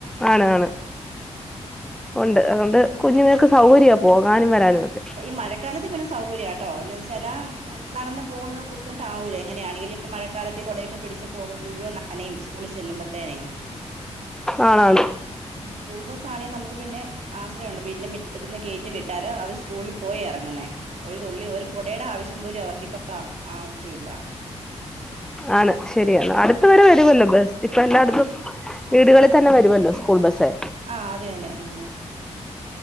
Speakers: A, in the centre; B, on the right.
A: ആണാണ് ഉണ്ട്
B: അതെ
A: അതുകൊണ്ട് കുഞ്ഞുങ്ങൾക്ക് സൗകര്യ പോകാനും വരാനും ഒക്കെ
B: ഈ മഴക്കാലത്ത് പിന്നെ സൗകര്യാ ട്ടോ എന്ന് വെച്ചാല് നടന്നു പോകുന്ന ബുദ്ധിമുട്ട് ആവൂല എങ്ങനെയാണെലും െ മഴക്കാലത്ത് കൊടയൊക്കെ പിടിച്ച് പോകുമ്പ മുഴുവൻ നനയും സ്കൂളിൽ ചെല്ലുമ്പോഴത്തനെ
A: ആണാ ആണ്
B: സ്കൂൾ ബസ് ആണെങ്കിൽ നമുക്ക് പിന്നെ ആ. വീന്റെ മിറ്റത്തിന്ന് കേറ്റി വിട്ടാല് അവര് സ്കൂള്ല് പോയി എറങ്ങുന്നേ ഒരു തുള്ളി ഒരു കുടയുടെ ആവശ്യം പോലും അവർക്കിപ്പ ആവശ്യ ഇല്ല
A: ആണ് ശരിയാണ്. അടുത്ത വരെ വര്വല്ലോ. ബസ് ഇപ്പൊ എല്ലായിടത്തും വീടുകളിൽ തന്നെ വരുവല്ലോ സ്കൂൾ ബസ്സ്.
B: ആഹ് അത് തന്നെ ഉ